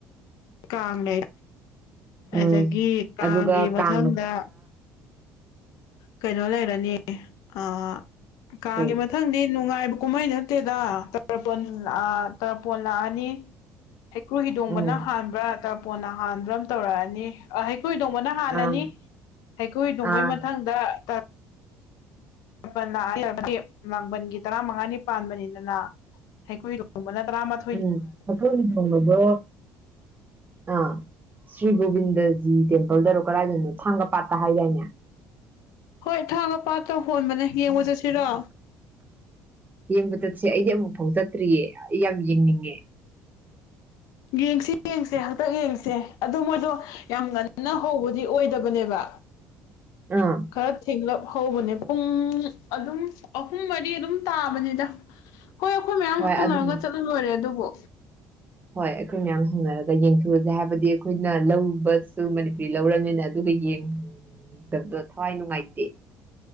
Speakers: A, on the left; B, on the right.
A: ꯀꯥꯡ ꯂꯩ
B: ꯎꯝ
A: ꯑꯗꯒꯤ ꯀꯥꯡꯒꯤ
B: ꯑꯗꯨꯒ
A: ꯃꯊꯪꯗ
B: ꯀꯥꯡ
A: ꯀꯩꯅꯣ ꯂꯩꯔꯅꯤ ꯑꯥ ꯀꯥꯡꯒꯤ
B: ꯀꯩ
A: ꯃ ꯊꯪꯗꯤ ꯅꯨꯡꯉꯥꯏꯕ ꯀꯨꯝꯃꯩ ꯅꯠꯇꯦꯗ ꯇꯔꯄꯟ ꯑꯥ ꯇꯔꯄꯣꯟ ꯂꯥꯛꯑꯅꯤ ꯍꯩꯀ꯭ꯔꯨ ꯍꯤꯗꯣꯡꯕꯅ
B: ꯎꯝ
A: ꯍꯥꯟ ꯕ꯭ꯔꯥ ꯇꯔꯄꯣꯟꯅ ꯍꯥꯟꯕ꯭ꯔꯥ ꯑꯃ ꯇꯧꯔꯛꯑꯅꯤ ꯑꯥ ꯍꯩꯀꯨ ꯍꯤꯗꯣꯡꯕꯅ ꯍꯥꯜꯂꯅꯤ
B: ꯑꯥ
A: ꯍꯩꯀꯨ ꯍꯤꯗꯣꯡꯕꯩ
B: ꯑꯥ
A: ꯃꯊꯪꯗ ꯇꯔ <unintelligible> ꯂꯥꯡꯕꯟꯒꯤ ꯇꯔꯥꯃꯉꯥꯅꯤ ꯄꯥꯟꯕꯅꯤꯗꯅ ꯍꯩꯀ꯭ꯔꯨ ꯍꯤꯗꯣꯡꯕꯅ ꯇꯔꯥꯃꯥꯊꯣꯏ
B: ꯎꯝ ꯍꯩꯀ꯭ꯔꯨ ꯍꯤꯗꯣꯡꯕꯗꯣ ꯑꯥ ꯁ꯭ꯔꯤ ꯒꯣꯕꯤꯟꯗꯖꯤ ꯇꯦꯝꯄꯜꯗꯔꯣ ꯀꯔꯥꯏꯗꯅꯣ ꯊꯥꯡꯒ ꯄꯥꯠꯇ ꯍꯥꯏꯗꯥꯏꯅꯦ
A: ꯍꯣꯏ ꯊꯥꯡꯒ ꯄꯥꯠꯇ ꯍꯣꯟꯕꯅꯦ ꯌꯦꯡꯕ ꯆꯠꯁꯤꯔꯣ
B: ꯌꯦꯡꯕ ꯆꯠꯁꯤ ꯑꯩꯗꯤ ꯑꯃꯨꯛ ꯐꯥꯎ ꯆꯠꯇ꯭ꯔꯤꯌꯦ ꯑꯩ ꯌꯥꯝ ꯌꯦꯡꯅꯤꯡꯉꯦ
A: ꯌꯦꯡꯁꯤ ꯌꯦꯡꯁꯦ ꯍꯟꯇꯛ ꯌꯦꯡꯁꯦ ꯑꯗꯣ ꯃꯣꯏꯗꯣ ꯌꯥꯝ ꯉꯟꯅ ꯍꯧꯕꯗꯤ ꯑꯣꯏꯗꯕꯅꯦꯕ
B: ꯑꯥ
A: ꯈꯔ ꯊꯦꯡꯂꯞ ꯍꯧꯕꯅꯦ ꯄꯨꯡ ꯑꯗꯨꯝ ꯑꯍꯨꯝ ꯃꯔꯤ ꯑꯗꯨꯝ ꯇꯥꯕꯅꯤꯗ
B: <inaudible>
A: ꯍꯣꯏ ꯑꯈꯣꯏ ꯃꯌꯥꯝ
B: ꯍꯣꯏ
A: ꯍꯧꯅꯔꯒ
B: ꯑꯗꯨꯝ
A: ꯆꯠꯂ ꯂꯣꯏꯔꯦ ꯑꯗꯨꯕꯨ
B: ꯍꯣꯏ ꯑꯩꯈꯣꯏ ꯃꯌꯥꯝ ꯍꯧꯅꯔꯒ ꯌꯦꯡꯊꯨꯛ ꯎꯖꯦ ꯍꯥꯏꯕꯗꯤ ꯑꯈꯣꯏꯅ ꯂꯧꯕꯁꯨ ꯃꯅꯤꯄꯨꯔꯤ ꯂꯧꯔꯝꯅꯤꯅ ꯑꯗꯨꯒ ꯌꯦꯡꯗꯕꯗꯣ ꯊꯋꯥꯏ ꯅꯨꯡꯉꯥꯏꯇꯦ